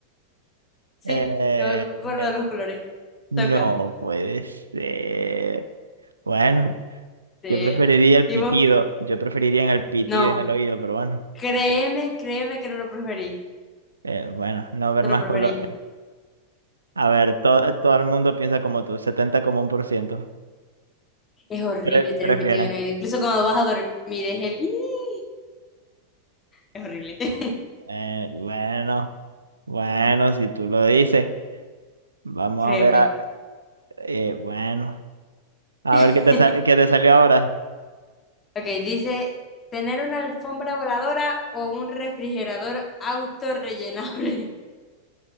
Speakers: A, on the left; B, on the right.
A: Sí,
B: Eh,
A: me por
B: eh,
A: lo de los colores.
B: No
A: Toca.
B: puede ser. Bueno,
A: Sí.
B: yo preferiría el
A: ¿Y
B: pitido.
A: vos?
B: Yo preferiría en el pitido
A: No,
B: en el oído, pero bueno.
A: créeme, créeme que no lo preferí.
B: Eh, bueno, no ver
A: No
B: más
A: lo preferí.
B: colores. A ver, to- todo el mundo piensa como tú, 70 como un por ciento.
A: Es horrible
B: Pre-
A: tener
B: prefieren.
A: un pitido en el oído. Incluso cuando vas a dormir, es el... "Ih". Es horrible. <laughs>
B: Eh, bueno, bueno, si tú lo dices. Vamos
A: Créeme.
B: a ver, a- eh, bueno. A ver
A: <laughs>
B: qué te, sa- qué te salió ahora.
A: Ok, dice, tener una alfombra voladora o un refrigerador autorrellenable. <laughs>